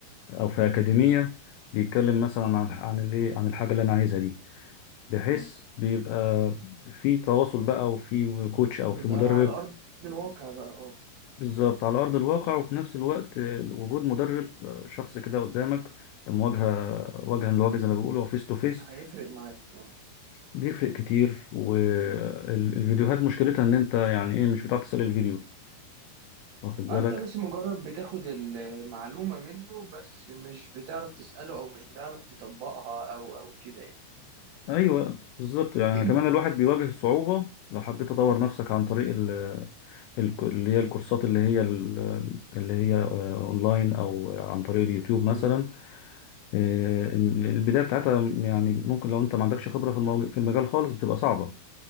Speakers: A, on the left; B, on the right.
A: او في اكاديمية بيتكلم مثلا
B: م-
A: عن عن الايه عن الحاجة اللي انا عايزها دي بحيث
B: م. <coughs>
A: بيبقى في تواصل بقى وفي كوتش او
B: يبقى
A: في مدرب
B: على أرض الواقع بقى اه
A: بالظبط على ارض الواقع وفي نفس الوقت آه، وجود مدرب آه، شخص كده قدامك مواجهة وجها لوجه زي ما بيقولوا فيس تو فيس
B: هيفرق معاك اه
A: بيفرق كتير والفيديوهات
B: م.
A: مشكلتها ان انت يعني ايه مش بتعرف تسأل الفيديو واخد بالك
B: انت بس مجرد بتاخد المعلومة منه بس مش بتعرف تسأله او مش بتعرف تطبقها او او كده يعني
A: ايوه بالظبط يعني
B: <coughs>
A: أنا كمان الواحد
B: <clears throat>
A: بيواجه صعوبة لو حبيت تطور
B: م.
A: نفسك عن طريق ال ال- اللي هي الكورسات اللي هي ال- اللي هي آه، اونلاين او عن طريق اليوتيوب مثلا
B: م.
A: آه، إن البداية بتاعتها يعني ممكن لو انت ما عندكش خبرة في الموج- في المجال خالص بتبقى صعبة